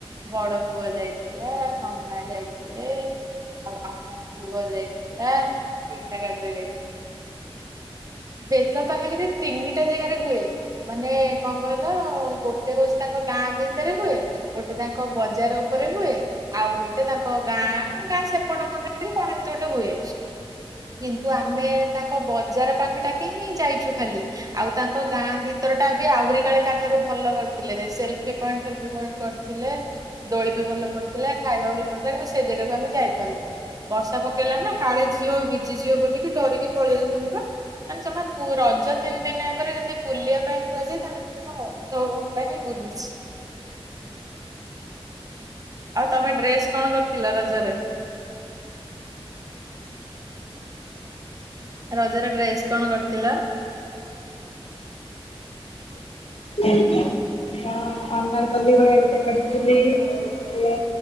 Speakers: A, on the right (about 35°); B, on the left (about 70°).
A: ବଡ ପୁଅ ଯାଇଥିଲା ନନା ଯାଇଥିଲେ ଆଉ ଆମ ପୁଅ ଯାଇଥିଲା ଦିଟା ଗାଡ଼ିରେ ଯାଇଥିଲ ବେଲ ପାହାଳିରେ ତିନି ଗୋଟେ ଜାଗାରେ ହୁଏ ମାନେ କଣ କହିଲ ଗୋଟେ ହ ଉଛି ତାଙ୍କ ଗାଁ ଭିତରେ ହୁଏ ଗୋଟେ ତାଙ୍କ ବଜାର ଉପରେ ହୁଏ ଆଉ ଗୋଟେ ତାଙ୍କ ଗାଁ ଗାଁ ସେପଟ ମଣ୍ଡରେ ଗଣ ଏତି ଗୋଟେ ହୁଏ କିନ୍ତୁ ଆମେ ତାଙ୍କ ବଜାର ପାଖ ପାଖଟାକ ହିଁ ଯାଇଛୁ ଖାଲି ଆଉ ତାଙ୍କ ଗାଁ ଭିତର ଟା ବି ଆହୁରି କାଳେ ତାଠାରୁ ଭଲ କରିୁଥିଲେ ସେଲଫି ପଏଣ୍ଟ ସେଲଫି ପଏଣ୍ଟ କରିଥିଲେ ଦୋଳି ବି ଭଲ ପଡିଥିଲା ଖାଇବା ଭଲ ପଡିଥିଲା କିନ୍ତୁ ସେ ଜାଗାକୁ ଆମେ ଯାଇ ପାରିଲୁନି ବର୍ଷା ପକେଇଲା ନା କାଳେ ଝିଅ ଭିଜି ଯିବ ବୋଲିକି ଡରିକି ପଳେଇଆନ ବା ମାନେ ଜମା ରଜ ତିନି ଦିନିଆଗରେ ଯଦି ବୁଲିବା ପାଇଁ କୁହାଯାଏ ତାହେଲେ ପ ଜମା ଅଧଘଣ୍ଟା ହେଇଗ ପୋଲିଛି ଆଉ ତମେ ଡ୍ରେସ କଣ କରିଥିଲ ରଜରେ? ରଜ ର ଡ୍ରେସ୍ କଣ କରିଥିଲ?
B: ଅନର କ୍ଲିୀ ଭଳିଆ ଗୋଟେ କରିଥିଲି ଆଉ ଟଏ